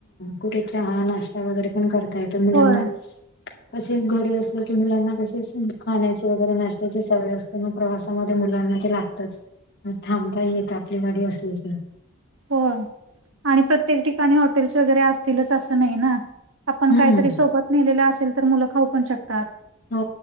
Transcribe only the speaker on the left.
कुठे चहा नाश्ता वगैरे पण करत य मुलांना
असे घरी अस मुलांना कशी खाण्याची वगैरे नाश्तची सवय असतेना प्रवासामध्ये मुलांना ते लागतच. थांबताही येत आपली गाडी असलकी.
हम्म.
हो